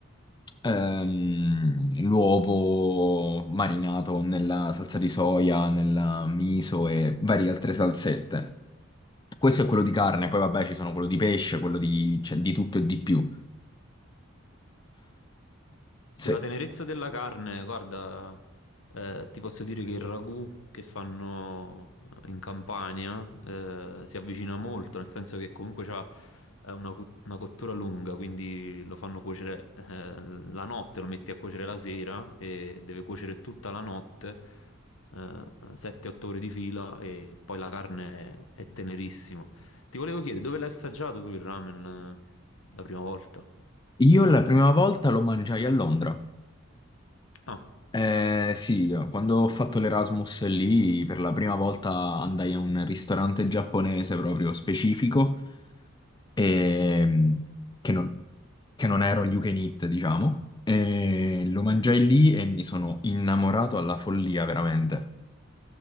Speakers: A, on the left (about 20°); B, on the left (about 75°).
A: ehm, l'uovo marinato nella salsa di soia, nella miso e varie altre salsette. Questo è quello di carne, poi vabbè ci sono quello di pesce, quello di, cioè, di tutto e di più.
B: Sulla
A: Se-
B: tenerezza della carne, guarda, eh, ti posso dire che il ragù che fanno eh, in Campania eh, si avvicina molto, nel senso che comunque c'ha eh, una, cu- una cottura lunga, quindi lo fanno cuocere eh, la notte, lo metti a cuocere la sera e deve cuocere tutta la notte, eh, 7-8 ore di fila e poi la carne è tenerissima. Ti volevo chiedere, dove l'hai assaggiato tu il ramen eh, la prima volta?
A: Io la prima volta lo mangiai a Londra.
B: Ah,
A: Eh, sì, io, quando ho fatto l'Erasmus lì, per la prima volta andai a un ristorante giapponese proprio specifico, ehm, che non, che non ero all you can eat, diciamo. E lo mangiai lì e mi sono innamorato alla follia, veramente.